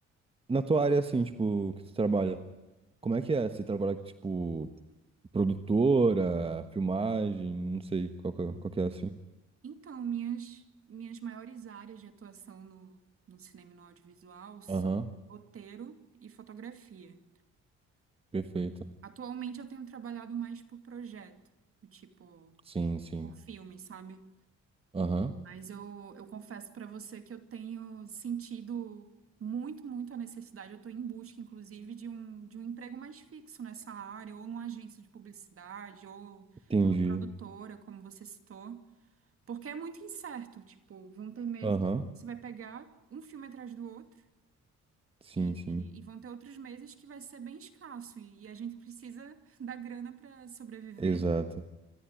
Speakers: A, on the right (about 20°); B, on the right (about 45°).
A: Na tua área, assim, tipo, que tu trabalha, como é que é? Você trabalha, tipo, produtora, filmagem, não sei, qual que é, qual que é, assim?
B: Então, minhas, minhas maiores áreas de atuação no, no cinema e no audiovisual são
A: Aham,
B: roteiro e fotografia.
A: perfeito.
B: Atualmente eu tenho trabalhado mais por projeto, do tipo,
A: Sim, sim.
B: por filme, sabe?
A: Aham.
B: Mas eu, eu confesso pra você que eu tenho sentido muito, muito a necessidade. Eu tô em busca, inclusive, de um, de um emprego mais fixo nessa área, ou numa agência de publicidade, ou
A: Entendi.
B: numa produtora, como você citou. Porque é muito incerto, tipo, vão ter meses
A: Aham,
B: que você vai pegar um filme atrás do outro
A: sim,
B: e,
A: sim.
B: e- e vão ter outros meses que vai ser bem escasso e, e a gente precisa <laughs> da grana para sobreviver.
A: Exato.
B: né?